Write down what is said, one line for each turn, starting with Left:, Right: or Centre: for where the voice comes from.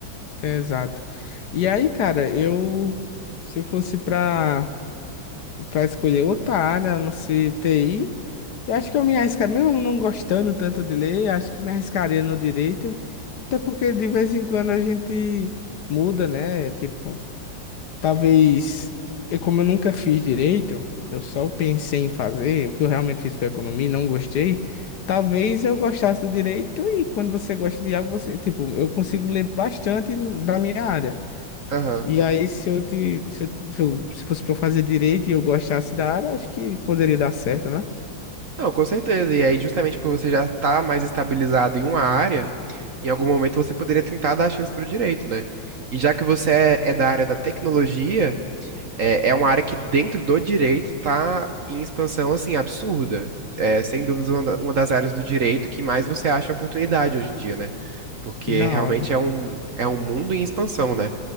Left: Exato. E aí, cara, eu se eu fosse pra para escolher outra área, não sei, TI, eu acho que eu me arriscaria, mesmo não gostando tanto de ler, acho que me arriscaria no direito, até porque de vez em quando a gente muda, né? Tipo, Talvez, e como eu nunca fiz direito, eu só pensei em fazer, o que eu realmente fiz foi economia, e não gostei. Talvez eu gostasse do direito e quando você gosta de algo, você, tipo, eu consigo ler bastante da minha área.
Right: Aham.
Left: E aí, se eu te, se eu, te- se eu- se fosse para fazer direito e eu gostasse da área, acho que poderia dar certo, né?
Right: Não, com certeza. E aí, justamente por você já estar mais estabilizado em uma área, em algum momento você poderia tentar dar a chance para o direito, né? E já que você é, é da área da tecnologia, é, é uma área que dentro do direito tá em expansão, assim, absurda. É, sem dúvidas, uma, da- uma das áreas do direito que mais você acha oportunidade hoje em dia, né? Porque
Left: Que da
Right: realmente
Left: hora.
Right: é um, é um mundo em expansão, né?